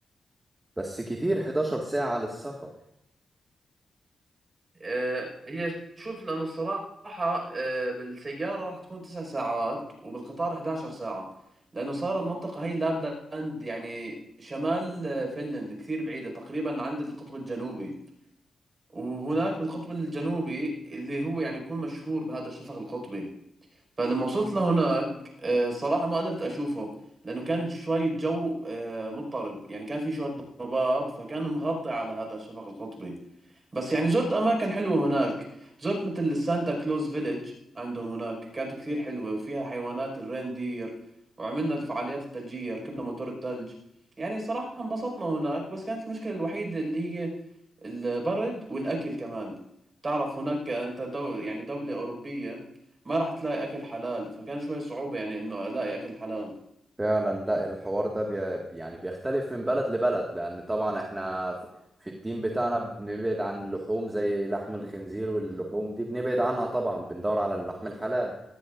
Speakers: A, on the right; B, on the right.
A: بس كتير 11 ساعة للسفر
B: آه، هي شوف لأنه الصراحة آه، بالسيارة رح تكون 9 ساعات وبالقطار 11 ساعة لأنه صايرة المنطقة هي لابلاند يعني شمال آه، فنلند كثير بعيدة تقريبا عند القطب الجنوبي وهناك بالقطب الجنوبي اللي هو يعني يكون مشهور بهذا الشفق القطبي فلما وصلت لهناك آه، صراحة ما قدرت أشوفه لأنه كان شوي الجو آه، مضطرب يعني كان في شوية ضباب فكان مغطي على هذا الشفق القطبي بس يعني زرت أماكن حلوة هناك زرت مثل السانتا كلوز فيليج عندهم هناك كانت كثير حلوة وفيها حيوانات الريندير وعملنا الفعاليات الثلجية ركبنا موتور الثلج يعني صراحة انبسطنا هناك بس كانت المشكلة الوحيدة اللي هي البرد والأكل كمان تعرف هناك أنت دو يعني دولة أوروبية ما راح تلاقي أكل حلال فكان شوي صعوبة يعني إنه ألاقي أكل حلال
A: فعلا لا الحوار ده بي يعني بيختلف من بلد لبلد لأن طبعا احنا ف- في التيم بتاعنا بنبعد عن اللحوم زي لحم الخنزير واللحوم دي بنبعد عنها طبعا بندور على اللحم الحلال